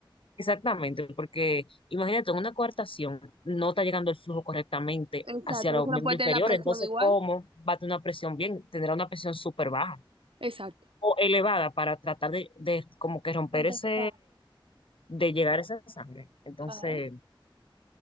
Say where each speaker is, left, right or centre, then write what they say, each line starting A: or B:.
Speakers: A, on the left; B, on the right.
A: Exactamente, porque imagínate, en una coartación no está llegando el flujo correctamente
B: Exacto,
A: hacia los
B: eso no
A: miembros
B: puede tener
A: inferiores,
B: la presión
A: entonces,
B: igual.
A: ¿cómo va a tener una presión bien? Tendrá una presión súper baja.
B: Exacto.
A: o elevada para tratar de, de como que romper
B: Compensar.
A: ese, de llegar a esa sangre. Entonces,
B: Ajá.